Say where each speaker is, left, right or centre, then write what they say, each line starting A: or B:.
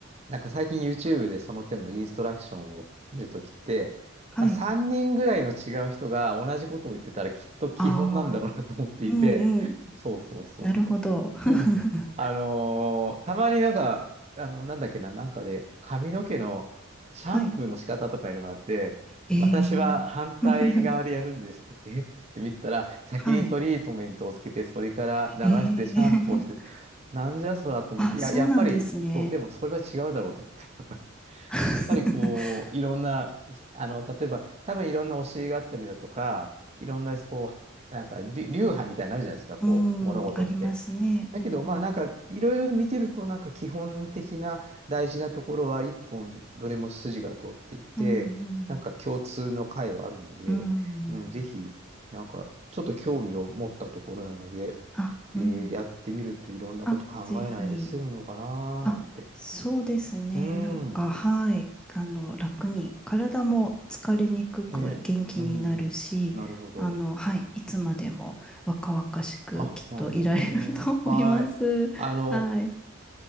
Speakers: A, on the right (about 30°); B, in the centre.
A: なんか最近 YouTube でその手のインストラクションを見るときって、
B: はい。
A: まあ、3人ぐらいの違う人が同じことを言ってたらきっと基本なんだろうなと思っていて、
B: ああ。うんうん。
A: そうそうそうそう。
B: なるほど。<laughs>
A: うん。あのーたまになんか、あの、なんだっけな、なんかで髪の毛のシャンプーの仕方とかいうのがあって、
B: はい。えー。
A: 私は反対側でやるんですって、
B: <laughs>
A: えっって言ってみたら、先にトリートメントをつけて、
B: はい。
A: それから流してシャンプーをして、
B: えー。
A: なんじゃそらと思って、
B: <laughs> あ、
A: いや、
B: そうなんですね。
A: やっぱり、そう、でもそれは違うだろうと思って、<laughs> やっぱりやっぱりこう、
B: <laughs>
A: いろんな、あの、例えば、多分いろんな教えがあったりだとか、いろんな、こう、なんか、流流派みたいになのあるじゃないですか、こう、
B: うん、
A: 物事って。
B: ありますね。
A: だけど、
B: うん、
A: まあ、なんか、いろいろ見てると、なんか、基本的な大事なところは、一本、どれも筋が通っていて、
B: うん、
A: なんか、共通の解はあるので、
B: うん、うん。
A: うん、ぜひ、なんか、ちょっと興味を持ったところなので、
B: あ、
A: えーやってみるといろんなこと考えないで済むのかなーなんて。
B: うん。あ、ぜひ。あ、そうですね。
A: うん。
B: なんか、はい。あの、楽に、体も疲れにくく元気になるし、
A: ね。うん。なるほど。
B: あの、はい。いつまでも若々しくきっといられると思います。
A: あ、なるほどね。はい。あの、
B: はい。